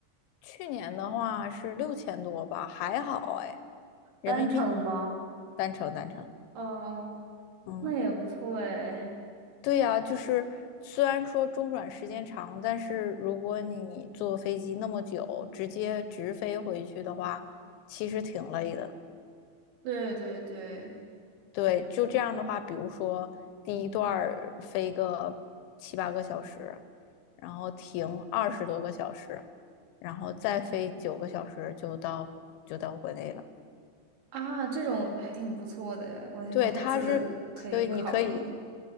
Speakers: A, on the left; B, on the right.
A: 去年的话是六千多吧，还好哎，人民币，
B: 单程吗？
A: 单程单程，
B: 哦，
A: 嗯。
B: 那也不错诶。
A: 对呀，就是虽然说中转时间长，但是如果你坐飞机那么久，直接直飞回去的话，其实挺累的。
B: 对对对，
A: 对，就这样的话，比如说第一段儿飞个七八个小时，然后停二十多个小时，然后再飞九个小时就到就到国内了。
B: 啊，这种还挺不错的，我我下次可以考虑
A: 对，它是，对，你可以，